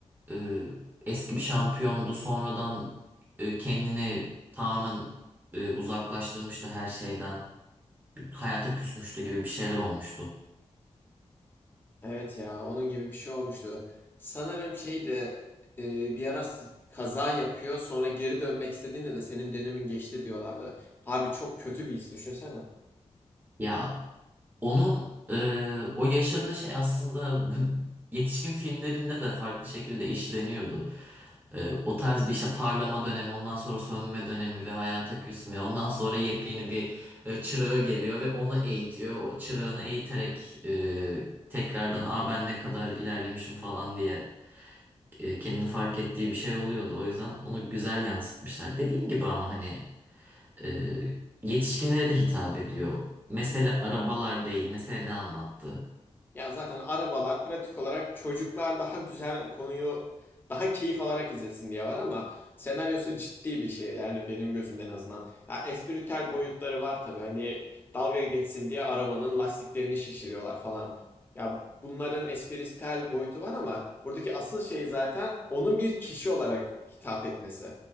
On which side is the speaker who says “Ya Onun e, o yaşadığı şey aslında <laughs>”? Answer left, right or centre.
Right